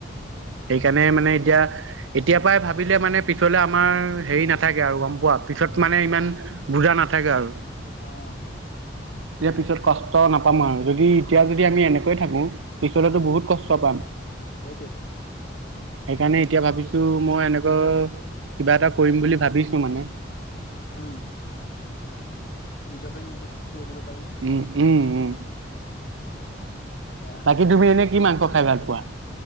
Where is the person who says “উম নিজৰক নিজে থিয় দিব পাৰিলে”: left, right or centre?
Left